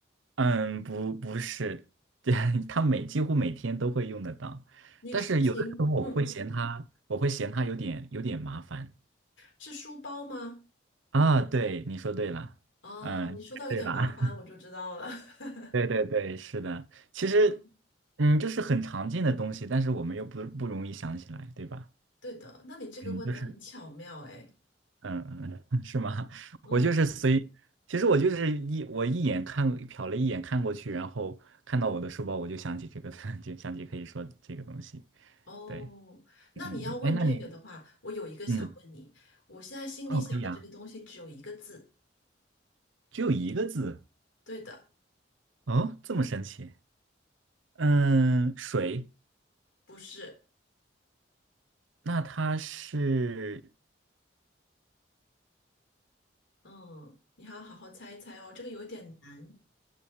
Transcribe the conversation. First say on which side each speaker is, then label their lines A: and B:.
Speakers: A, on the right; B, on the left.
A: 嗯，不不是，<laughs> 对，它每几乎每天都会用得到，
B: 你出行，
A: 但是有的时候我会嫌它，
B: 嗯，
A: 我会嫌它有点有点麻烦
B: 是书包吗？
A: 啊。对，你说对了，
B: 哦，
A: 嗯，
B: 你说到有点麻烦，
A: 猜对了，<laughs>
B: 我就知道了。<laughs>
A: 对对对，是的，其实，
B: 嗯，
A: 嗯，就是很常见的东西，但是我们又不不容易想起来，对吧？
B: 对的，那你这个问的很巧妙，
A: 嗯，就是，
B: 哎，
A: 嗯嗯，嗯 <laughs> 是吗？<laughs>
B: 嗯。
A: 我就是随，其实我就是一我一眼看瞟了一眼看过去，然后看到我的书包，我就想起这个，<laughs> 就想起可以说这个东西。
B: 哦，
A: 对，
B: 那你要问这个的话，
A: 嗯，嗯，哎，那你，
B: 我有一个想问你，
A: 嗯，
B: 我现在心里想的这个东西只有一个字，
A: 哦，可以啊，只有一个字，
B: 对的，
A: 哦，这么神奇，嗯，水，
B: 不是，
A: 那它是
B: 嗯，你还要好好猜一猜哦，这个有点难，